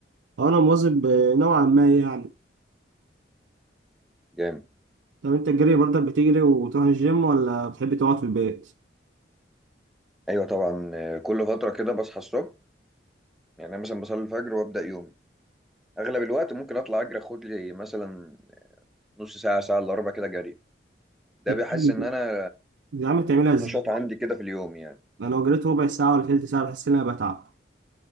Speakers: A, on the right (about 85°); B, in the centre.
A: أه أنا مواظب آه، نوعا ما يعني
B: جامد
A: طب أنت الجري برضك بتجري وتروح الجيم ولا بتحب تقعد في البيت؟
B: ايوه طبعا آه، كل فترة كده بصحى الصبح يعني انا مثلا بصلي الفجر وابدأ يومي اغلب الوقت ممكن اطلع اجري اخد لي مثلا نص ساعة ساعة الا ربع كده جري ده
A: طب
B: بيحس
A: بتعمل-
B: ان انا
A: يا عم بتعملها
B: في
A: إزاي؟
B: نشاط عندي كده في اليوم يعني
A: أنا لو جريت ربع ساعة ولا تلت ساعة بحس إن أنا بتعب